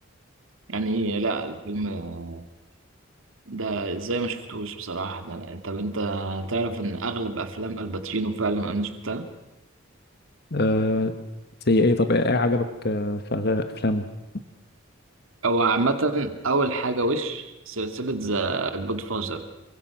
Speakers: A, on the right; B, on the left.
A: يعني لا الفيلم آه، ده ازاي ما شفتوش بصراحه ده أنا- طب انت تعرف ان اغلب افلام الباتشينو فعلا انا شفتها
B: آه، زي ايه طب ايه إيه عجبك آه، في أغا- افلامه
A: هو عامه اول حاجه وش سلسله ذا جود فازر